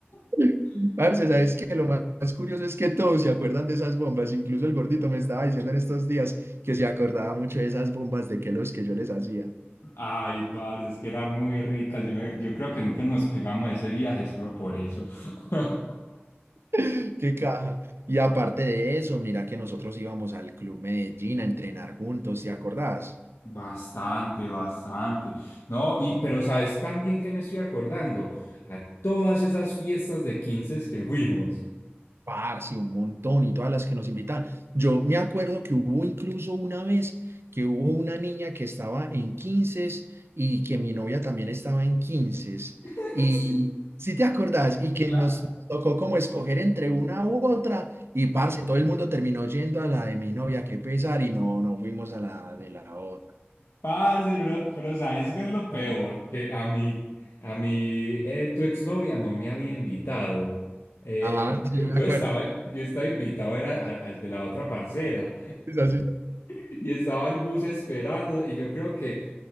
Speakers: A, on the right; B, on the left.
A: <laughs>
B: <laughs>
A: Parce, ¿sabes qué? Lo más más curioso es que todos se acuerdan de esas bombas, incluso el gordito me estaba diciendo en estos días que se acordaba mucho de esas bombas de Kelos que yo les hacía.
B: Ay, parce, es que eran muy ricas. Yo, me- yo creo que nosotros nos pegamos ese viaje solo por eso. <laughs>
A: <laughs> Qué caja. Y aparte de eso, mira que nosotros íbamos al Club Medellín a entrenar juntos, ¿te acordás?
B: Bastante, bastante. No, y pero sabes también que me estoy acordando a todas esas fiestas de 15 que fuimos.
A: Parce, un montón y todas las que nos invitan. Yo me acuerdo que hubo incluso una vez que hubo una niña que estaba en 15 y que mi novia también estaba en 15.
B: <laughs>
A: Y
B: Sí,
A: si te acordás, y que
B: claro.
A: nos tocó como escoger entre una u otra, y parce, todo el mundo terminó yendo a la de mi novia, qué pesar, y no, no fuimos a la de la otra.
B: Parce, pero, pero ¿sabes qué es lo peor? Que a mí, a mi eh, tu exnovia no me había invitado. Eh,
A: ah
B: a mí-
A: sí,
B: yo,
A: yo
B: yo
A: me acuerdo.
B: estaba, yo estaba invitado, era a- al de la otra parcera.
A: Sí,
B: <laughs> Y estaba el bus esperando y yo creo que